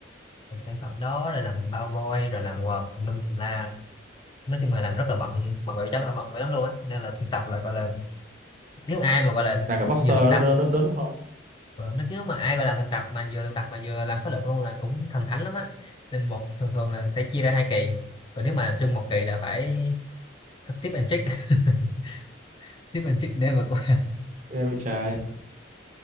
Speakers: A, on the left (about 25°); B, on the right (about 40°).
A: làm sản phẩm đó rồi làm bao vôi rồi làm quạt tùm lum tùm la nói chung là làm rất là bận bận bịu chắc là bận vậy lắm luôn á nên là thực tập là gọi là nếu ai mà gọi là
B: Là cái poster
A: vừa thực
B: đó,
A: tập
B: đó, đó, đó đúng không?
A: ờ, nó- nếu mà ai gọi là thực tập mà vừa thực tập mà vừa làm khóa luận luôn là cũng thần thánh lắm á nên một thường thường là sẽ chia ra hai kỳ còn nếu mà chung một kỳ là phải tập tiếp and trick <laughs> tiếp and trick để vượt qua
B: Ghê vậy trời.